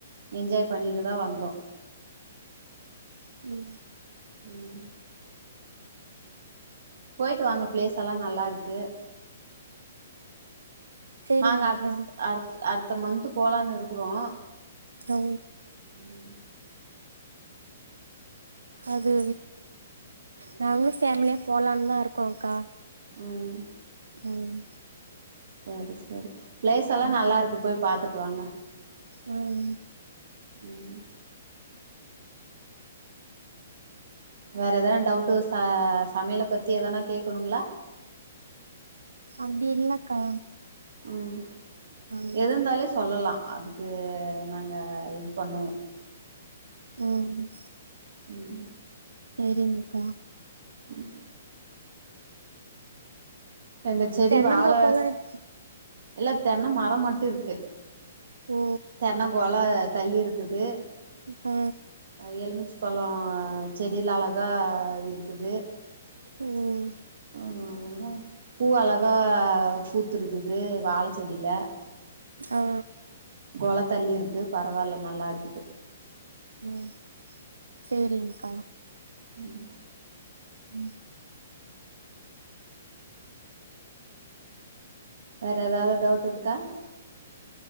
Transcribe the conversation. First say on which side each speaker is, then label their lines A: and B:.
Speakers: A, on the right (about 65°); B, on the right (about 85°).
A: என்ஜாய் பண்ணிட்டுதா வந்தோம்
B: ம்
A: ம் போயிட்டு வாங்க பிளேஸ்ஸெல்லா நல்லாருக்கு
B: சேரிங்க
A: நாங்க
B: அக்கா
A: அடுத் அடுத் அடுத்த மந்த்து போலான் இருக்குறோ
B: ஓ
A: ம்
B: அது நாங்களும் ஃபேம்லியா போலான்தா இருக்கோம்கா
A: ம்
B: ம்
A: சரி சரி பிளேஸ் எல்லா
B: ம்
A: நல்லா இருக்கு போய் பாத்துட்டு வாங்க
B: ம்
A: ம் வேற எதனா டவுட்டு ச சமையல பத்தி எதனா கேக்கணுங்ளா
B: அப்டி இல்லக்கா
A: ம்
B: ம்
A: எது இருந்தாலு சொல்லலா அதுக்கு நாங்க இது பண்ணுவோ
B: ம்
A: ம்
B: செரிங்கக்கா
A: ம் அந்த செடி
B: தென்னந்தோப்பல்லா
A: வாழ
B: இரு
A: இல்ல தென்ன மரோ மட்டு இருக்கு
B: ஓ
A: தென்ன கொல தள்ளி இருக்குது
B: இப்ப
A: அ எலுமிச்ச பழோ ஆ செடில அழகா இருக்குது
B: ம்
A: ம் அதா பூ அழகா பூத்துருக்குது வாழ செடில
B: ஆ
A: கொலத் தள்ளிருக்கு பரவால்ல நல்லா இருக்குது
B: ம் செரிங்க்கா
A: ம்
B: ம்
A: வேற ஏதாது டவுட்டு இருக்கா